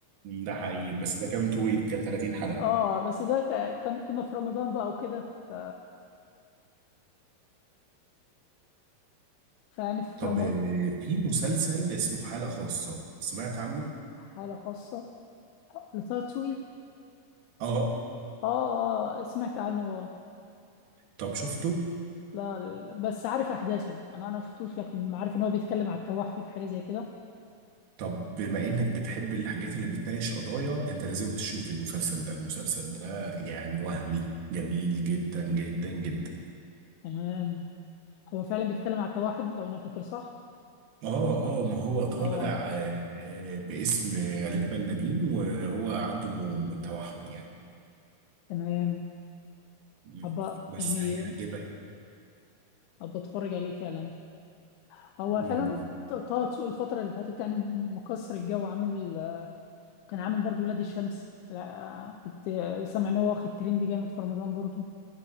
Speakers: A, on the right; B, on the left.
A: ده حقيقي بس ده كان طويل كان 30 حلقة
B: اه بس ده ك- كان كنا في رمضان بقى وكده ف... فيعني في
A: طب
B: رمضان
A: آه، في مسلسل اسمه حالة خاصة سمعت عنه؟
B: حالة خاصة لطه دسوقي
A: اه
B: اه آه، سمعت عنه اه
A: طب شفته؟
B: لا لا، بس عارف احداثه انا انا شفتوش لكن عارف ان هو بيتكلم على التوحد حاجة زي كده
A: طب بما انك بتحب الحاجات اللي بتناقش قضايا انت لازم تشوف المسلسل ده المسلسل ده يعني وهمي جميل جدا جدا جدا
B: تمام هو فعلا بيتكلم على التوحد لو انا فاكر صح
A: اه اه ما هو طالع
B: اه
A: آه، آه، باسم غالبا نادين وهو عنده م- توحد يعني
B: تمام
A: مم.
B: ابقى
A: بس
B: يعني
A: هيعجبك
B: ابقى اتفرج عليه فعلا هو
A: مم.
B: فعلا طه دسوقي الفترة اللي فاتت يعني مكسر الجو عامل كان عامل برضو ولاد الشمس لا كنت سامع ان هو واخد ترند جامد في رمضان برضو